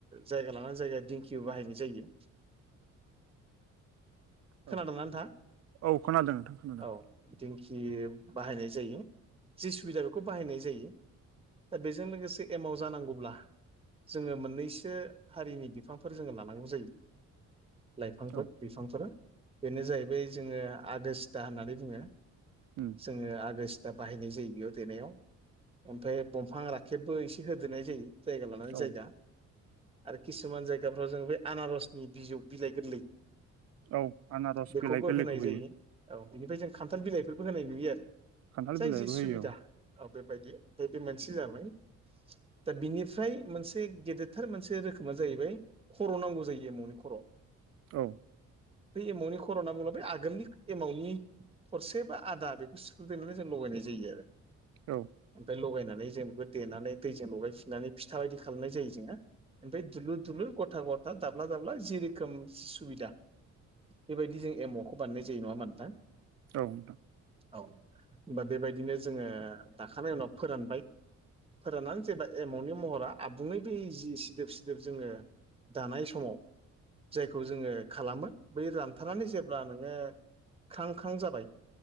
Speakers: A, on the right (about 20°); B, on the right (about 55°).
A: जायगा लानानै जायगा दिंखिबो बाहायनाय जायो खोनादोंना
B: औ
A: नोंथां
B: औ खोनादों नोंथां खोनादों
A: औ दिेंखि बाहायनाय जायो जि सुबिदा बेखौ बाहायनाय जायो दा बेजों लोगोसे एमाव जानांगौब्ला जोङो मोननैसो हारिनि बिफांफोर जोङो लानांगौ जायो लाइफांफोर
B: औ
A: बिफांफोर बेनो जाहैबाय जोङो आगस्ता होननानै बुङो
B: उम
A: जोङो आगस्टा बाहायनाय जायो बेयाव देनायाव ओमफ्राय दंफां राखेबबो एसे होदेरनाय जायो जायगा लानानै
B: औ
A: जायगा आरो किसुमान जायगाफ्राव जों बे आनारसनि बिजौ बिलाइ गोरलै
B: औ आनारस
A: बेखौबो
B: बिलाइ गोरलैखौ
A: होनाय
B: होयो
A: जायो औ बेनिफ्राय जों खान्थाल बिलाइफोरबो होनाय नुयो आरो
B: खान्थाल
A: जाय
B: बिलाइबो
A: जि सुबिदा
B: होयो
A: औ बेबायदि ओमफ्राय बे मोनसे जाबाय दा बिनिफ्राय मोनसे गेदेरथार मोनसे रोखोमा जाहैबाय खर' नांगौ जायो एमावनि खर'
B: औ
A: बे एमावनि खर'ना बुङोब्ला बे आगोलनि एमावनि थरसे बा आदा बेखौ सिफ्रुदेनानै जों लगायनाय जायो आरो
B: औ
A: ओमफ्राय लगायनानै जों बेखौ देनानै दैजों लगायफिननानै फिथा बायदि खालामनाय जायो जोङो ओमफ्राय दुलुर दुलुर गथा गथा दाब्ला दाब्ला जि रोखोम सुबिदा बेबायदि जों एमावखौ बानायनाय जायो नङा होनबा नोंथां
B: औ नोंथां
A: औ होमबा बेबायदिनो जोङो दाखांनाय उनाव फोरानबाय फोराननानै जेनेबा एमावनि महरा आबुङै बै जि सिदोब सिदोब जोङो दानाय समाव जायखौ जोङो खालामो बै रानथारनानै जेब्ला नोङो ख्रां ख्रां जाबाय